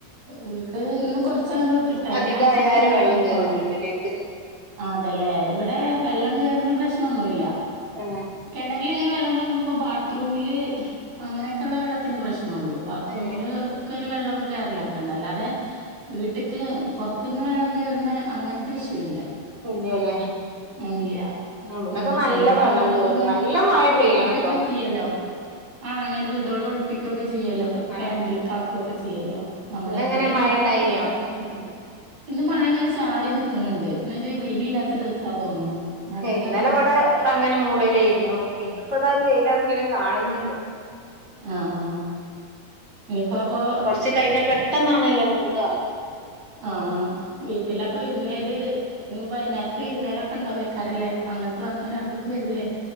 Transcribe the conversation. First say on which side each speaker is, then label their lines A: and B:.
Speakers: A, on the right (about 85°); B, on the right (about 30°).
A: വീട് ഇന്ന് കൊറച്ചങ്ങോട്ട് വിട്ടിട്ടാ <unintelligible>
B: അധികായാല് വെള്ളം കേറും വീട്ടിലേക്ക്
A: അതെല്ലേ ഇവിടെ വെള്ളം കേറുന്ന പ്രശ്നന്നുല്ല
B: ഉം
A: കെണറിൽ ഇങ്ങനെ വെള്ളം പോന്തുമ്പോ ബാത്റൂമില് അങ്ങനൊക്കെള്ള വെള്ളത്തിന്റെ പ്രശ്നള്ളു ബാത്റൂമില്
B: ഏഹ്
A: ഒക്കരു വെള്ളം കേയറലൊക്കെണ്ട് അല്ലാതെ വീട്ടിക്ക് പോറത്ത് ന്ന് വെള്ളം കേറുന്ന അങ്ങനത്തെ വിഷയില്ല
B: ഇല്ലല്ലേ
A: ഇല്ല
B: ഇവിടൊക്കെ
A: ഉം ചെല
B: നല്ല
A: ഭാഗങ്ങളൊക്കെ
B: വെള്ളം കേറും
A: ഇങ്ങനെ
B: നല്ല മഴ
A: ഒഴിപ്പികോക്കെ
B: പെയ്യണട്ടോ
A: ചെയ്യല്ലോ ആഹ് അങ്ങനെ വീടോൾ ഒഴിപ്പിക്കൊക്കെ ചിയ്യല്ലോ
B: ആഹ്
A: ക്യാമ്പിൽ കാക്കുകൊക്കെ ചിയ്യല്ലോ നമ്മുടെ
B: ഇന്നെങ്ങനെ
A: വിടെല്ല
B: മഴ ഇണ്ടായിനോ
A: കൊറച്ചപ്പർ തോക്കണ്ട് ഇന്ന് മഴ ഇങ്ങനെ ചാറി നിക്കുന്നുണ്ട് ഇന്നോരു വെയിലില്ലാത്ത ദിവസാ തോന്നുണു മഴക്കാറുണ്ട്
B: ഇന്നലെവിടെ അങ്ങനെ മൂടലെരുന്നു ഇന്നിപ്പോതാ ഒരു വെയിലറിക്കിണ കാണുന്നുണ്ട്
A: ആഹ് ഇനിയിപ്പ പ്പോ
B: ച്ച് കയിഞ്ഞ പെട്ടന്നാണല്ലോ മൂട
A: ആഹ് വീട്ടിലപ്പൊ വിരുന്നേര്ഇഞ്ഞി വൈന്നേരത്തെ വിരുന്നേരൊക്കെ ഇണ്ടാവ ക്കാരല്ലേ അങ്ങട്ട് വന്നവരാവിട്‌ക്ക് വര്ല്ലേ